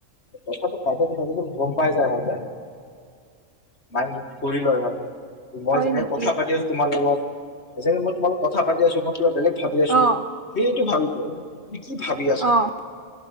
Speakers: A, on the left (about 50°); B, on the right (about 45°).
A: কথাটো পাতোতে প গম পাই যায় সঁতে মাই কৰি লয় হট, মই
B: হয়
A: যেনেক
B: নেকি?
A: কথা পাতি আছো তোমাৰ লগত সেই মই তোম কথা পাতি আছো মই কিব বেলেগ ভাতি আছো,
B: অ',
A: সেইটো ভাবি অও তুমি কি ভাবি আছা?
B: অ',